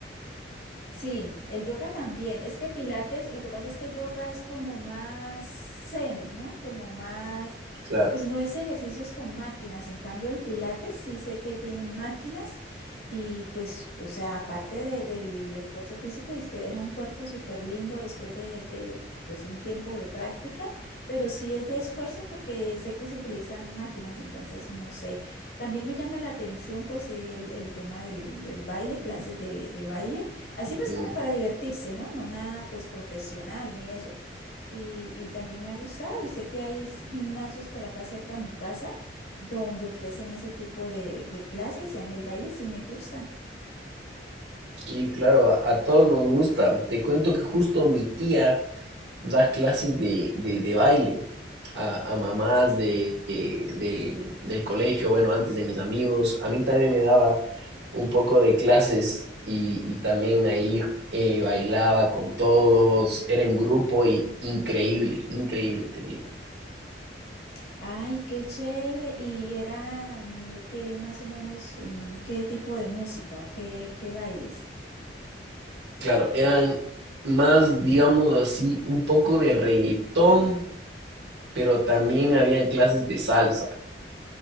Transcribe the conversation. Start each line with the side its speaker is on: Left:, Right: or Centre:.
Left: Sí, el yoga también. Es que Pilates, lo que pasa es que yoga es como más zen, ¿no? Como más,
Right: claro.
Left: pues no es ejercicios con máquinas. En cambio, el Pilates sí sé que tienen máquinas y pues, o sea, aparte de- del esfuerzo físico, es que deja un cuerpo súper lindo después de, de pues un tiempo de práctica, pero sí es de esfuerzo porque sé que se utilizan máquinas, entonces no sé. También me llama la atención pues sí, el, el tema del, del, baile, clases de, de, baile, así pues
Right: Mm.
Left: como para divertirse, ¿no? No nada pues profesional ni eso. Y, y también me ha gustado y sé que hay gimnasios por acá cerca a mi casa donde ofrecen ese tipo de, de clases y a mí el baile sí me gusta.
Right: Y claro, a, a todos nos gusta. Te cuento que justo mi tía dar clases de, de, de baile a, a mamás de, de- del colegio, bueno, antes de mis amigos. A mí también me daba un poco de clases y, y también ahí eh, bailaba con todos, era en grupo y increíble, increíble, te digo.
Left: Ay, qué chévere. ¿Y eran de qué más o menos, mm, qué tipo de música o qué, qué bailes?
Right: Claro, eran más, digamos así, un poco de reggaetón, pero también habían clases de salsa.